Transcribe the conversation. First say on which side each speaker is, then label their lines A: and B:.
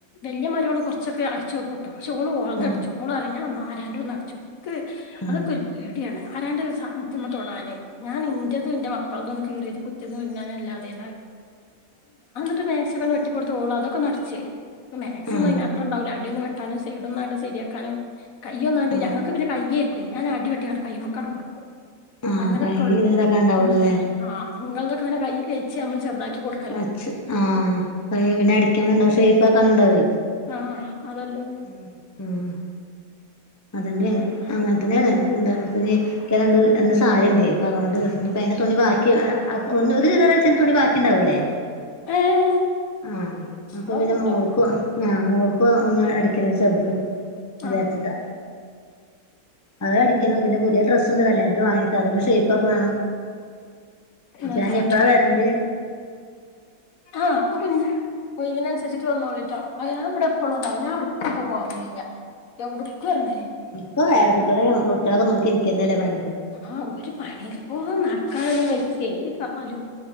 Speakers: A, on the left; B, on the left.
A: വലിയ മര്യയോള് കുറച്ചൊക്കെ അടച്ചോകുട്ടോ പക്ഷേ ഓള് ഓൾതടിച്ചും.
B: ആഹ്
A: ഓളരിംഞാൻ ആരാന്റെ ഒന്നു അട്ച്ചുല ക്ക്
B: ആഹ്
A: അതൊക്കെ ഒരു പേടിയാണ് ആരാന്റെ സാധനത്തിമെ തൊടാൻ. ഞാൻ ഇന്റേതും ഇന്റെ മക്കൾതും ഒന്ന് കേറിയത് കുറ്റുതി തുനാനല്ലാതെ. ക്ക്‌ മാക്സിഒക്കെ ഒന്ന് വെട്ടി കൊട്ത്ത് ഓള് അതുകൊണ് അടിച്ചേരും മാക്സി
B: ആഹ്
A: ഒന്നും അയിനാത്രം ഉണ്ടാവൂല അടിയൊന്നും വെ ട്ടാനും ഷെയിഡ്ണാണ്ട് ശരിയാക്കാനും കയ്യൊന്നാണ്ട്
B: ആഹ്
A: ഞങ്ങൾക്ക് പിന്നെ കയ്യ് ഞാൻ അട്ടി വെട്ടിയ കൈ്മക്കാണ്ട് കൊടുക്കും.
B: ആഹ്
A: അങ്ങനെയൊക്കെ
B: കൈയ്യ്
A: ഉള്ള
B: ഇതാതാക്കാൻ
A: ഉ
B: ഉണ്ടാവുള്ളൂല്ലേ
A: ഉം. ആഹ് ഇങ്ങൾതൊക്കെ പിന്നെ കൈ കഴിച്ച് നമ്മള് ചെറുതാക്കി കൊടുക്കല്ല.
B: വച്ച് ആഹ് പയ പിന്നെ അടിക്കാനുണ്ടാവും ഷേപ്പ് ആാക്കാനുണ്ടാവേ.
A: ആഹ് അതല്ലാഉ
B: ഉം അതന്നെണ് അങ്ങനത്തന്നെയെണ്
A: ഉം
B: ന്താണ്. <unintelligible> രണ്ട് സരിൻഡ് അപ്പൊ അതോണ്ട് ആപത്തെണ്ട് തുണി ബാക്കി <unintelligible> തുണി ബാക്കിണ്ടാവൂലേ
A: ഏഹ്
B: ആഹ് അപ്പൊ
A: അതൊക്കെണ്ടോ
B: പിന്നെ മോൾക്കോ ആഹ് മോൾക്കു ഒന്ന് അടിക്കണ ചെറുത് വിചാരിച്ചിട്ടാ.
A: ആഹ്
B: അത് അടിക്യണം പിന്നെ പുതിയ ഡ്രസ് ഉണ്ട് കല്യാണത്തിന് വാങ്ങിട്ട് അതൊന്ന് ഷേയിപ്പാ ക്കു വേണം. അപ്പൊ
A: ന്നാ
B: ഞാൻ
A: ശരി
B: എപ്പഴാ വേര്ണ്ടി
A: ആഹ് ഒയിയിവി നുസരിച്ചിട്ട് വന്നോളിട്ടോ. ആഹ് ഞാൻ ഇവടെ എപ്പഴും ഉണ്ടാവും ഞാൻ ഒട്ക്കും പോവലില്ല യോടുക്കും എറങ്ങലില്ല.
B: ഇപ്പ പേര കുട്ട്യാലിം കുട്ടിളക്കോ നോക്കിരിക്കുന്നല്ലേ പണി.
A: ആഹ്ഹാ ഒര് പണീപ്പോ നടക്കാനൊന്നും വജ്ജെ ഈ കാലും